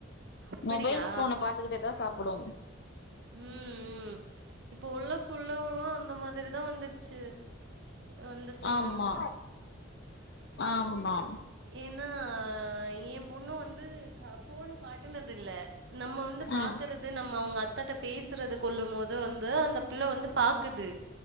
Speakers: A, on the right; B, on the left.
A: அப்படியா?
B: மொபைல் ஃபோன பாத்துக்கிட்டே தா சாப்புடு
A: ம் ம் இப்ப உள்ள புள்ளவுளு அந்த மாதிரி அதான் வந்துருச்சு வந்துருச்சுங்க.
B: ஆமா ஆமா
A: ஏன்னா ஏன் பொண்ணு வந்து ஃபோன் காட்டுனது இல்ல நம்ம வந்து பாக்குறது
B: ம்
A: நம்ம அவங்க அத்தாட்ட பேசுறது கொல்லும் போது அது வந்து அந்த பிள்ளை வந்து பாக்குது